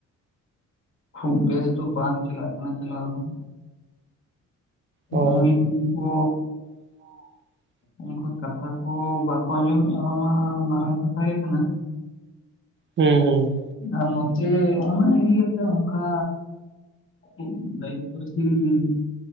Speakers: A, on the left; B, on the right.
A: ᱠᱷᱩᱵ ᱵᱮᱥ ᱫᱚ ᱵᱟᱝ ᱪᱟᱞᱟᱜ ᱠᱟᱱᱟ ᱪᱟᱞᱟᱣ ᱫᱚ᱾
B: ᱚ
A: ᱢᱟᱹᱭ ᱵᱟᱹᱱᱩᱜ ᱠᱚ
B: <unintelligible>
A: ᱚᱱᱠᱩ ᱠᱟᱛᱷᱟ ᱠᱚ ᱵᱟᱠᱚ ᱟᱸᱡᱚᱢᱮᱜ-ᱟ, ᱚᱱᱟ ᱢᱟ ᱢᱟᱨᱟᱝ ᱠᱟᱛᱷᱟ ᱜᱮ ᱠᱟᱱᱟ,
B: ᱦᱚᱸ ᱦᱚᱸ
A: ᱟᱨ ᱱᱚᱛᱮ ᱚᱱᱟ ᱤᱫᱤ ᱟᱛᱮ ᱚᱝᱠᱟ <unintelligible>